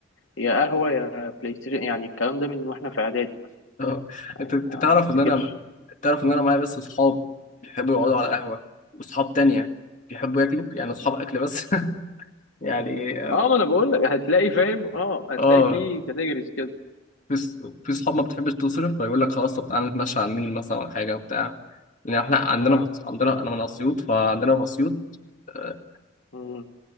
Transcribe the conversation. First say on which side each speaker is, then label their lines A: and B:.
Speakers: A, on the left (about 80°); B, on the left (about 40°).
A: يا قهوه يا بلاي ستيشن يعني الكلام ده من واحنا في اعدادي مثلا
B: آه.
A: يعني
B: انت أنت
A: ما
B: تعرف
A: افتكرش
B: ان انا تعرف ان انا معايا بس اصحاب بيحبوا يقعدوا على قهوة واصحاب تانية بيحبوا ياكلوا يعني اصحاب اكل بس <laughs> يعني اه
A: اه ما انا بقول لك هتلاقي فاهم اه هتلاقي
B: آه،
A: في كاتيجوريز كده
B: في ص- في صحاب ما بتحبش تصرف فيقول لك خلاص طب تعالى نتمشى على النيل مثلا ولا حاجة بتاع لان احنا عندنا
A: اه
B: في... عندنا انا من اسيوط فعندنا في اسيوط آه،
A: مم.